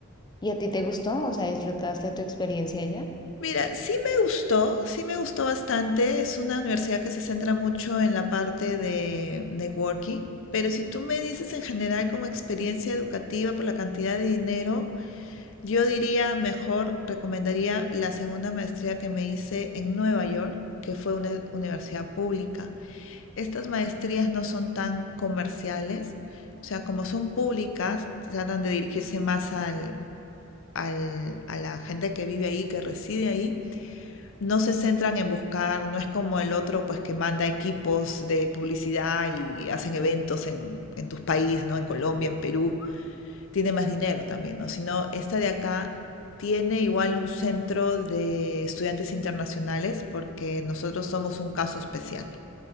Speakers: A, on the left (about 20°); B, on the left (about 65°).
A: ¿Y a ti te gustó? O sea, ¿disfrutaste tu experiencia allá?
B: Mira, sí me gustó, sí me gustó bastante. Es una universidad que se centra mucho en la parte de networking, pero si tú me dices en general como experiencia educativa por la cantidad de dinero, Yo diría mejor, recomendaría la segunda maestría que me hice en Nueva York, que fue una universidad pública. Estas maestrías no son tan comerciales, o sea, como son públicas, tratan de dirigirse más al, al- a la gente que vive ahí, que reside ahí. No se centran en buscar, no es como el otro, pues que manda equipos de publicidad y hacen eventos en, en tus países, ¿no? En Colombia, en Perú tiene más dinero también, ¿no? Sino esta de acá tiene igual un centro de estudiantes internacionales porque nosotros somos un caso especial.